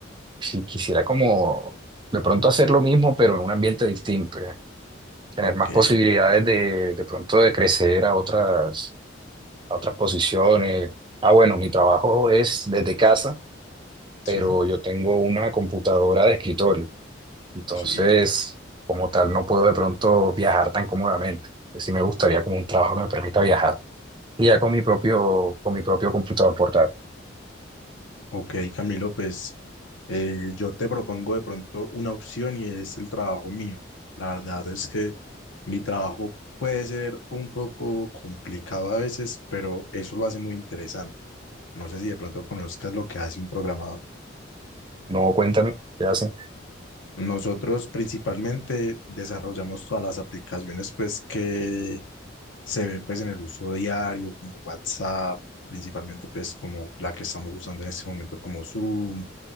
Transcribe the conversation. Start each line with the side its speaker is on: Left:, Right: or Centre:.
Right: si quisiera como de pronto hacer lo mismo, pero en un ambiente distinto. tener
Left: ok,
Right: más posibilidades de, de pronto de crecer a otras, a otras posiciones. Ah, bueno, mi trabajo es desde casa,
Left: sí,
Right: pero yo tengo una computadora de escritorio, entonces
Left: sí.
Right: como tal no puedo de pronto viajar tan cómodamente. Sí me gustaría como un trabajo que me permita viajar. Y ya con mi propio, con mi propio computador portátil.
Left: Ok, Camilo, pues eh, yo te propongo de pronto una opción y es el trabajo mío. La verdad es que mi trabajo puede ser un poco complicado a veces, pero eso lo hace muy interesante. No sé si de pronto conozcas lo que hace un programador.
Right: No, cuéntame, ¿qué hacen?
Left: Nosotros principalmente desarrollamos todas las aplicaciones pues que se ven pues en el uso diario, como WhatsApp, principalmente pues como la que estamos usando en este momento como Zoom